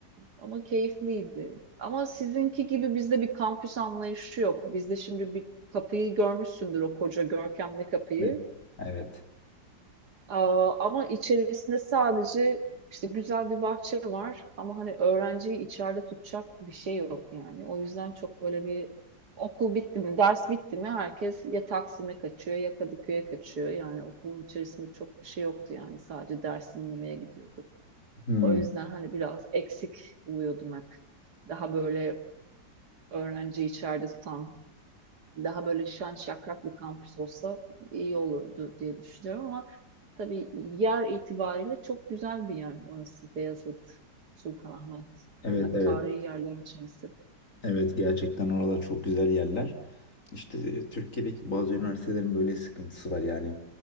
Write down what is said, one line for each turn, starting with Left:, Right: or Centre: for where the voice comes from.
Right: ama keyifliydi. Ama sizinki gibi bizde bir kampüs anlayışı yok. Bizde şimdi bir kapıyı görmüşsündür o koca görkemli kapıyı.
Left: Evet. Evet.
Right: Aa, ama içerisinde sadece işte güzel bir bahçe var ama hani öğrenciyi içeride tutacak bir şey yok yani. O yüzden çok böyle bir okul bitti mi, ders bitti mi herkes ya Taksim'e kaçıyor ya Kadıköy'e kaçıyor. Yani okulun içerisinde çok bir şey yoktu yani sadece ders dinlemeye gidiyorduk.
Left: Hmm,
Right: O yüzden hani biraz eksik buluyordum hep. Daha böyle öğrenciyi içeride tutan daha böyle şen şakrak bir kampüs olsa iyi olurdu diye düşünüyorum ama tabii yer itibariyle çok güzel bir yer orası Beyazıt, Sultanahmet.
Left: evet
Right: Hani hep
Left: evet.
Right: tarihi yerlerin içerisinde.
Left: Evet gerçekten oralar çok güzel yerler. İşte e, Türkiye'deki bazı üniversitelerin böyle sıkıntısı var yani.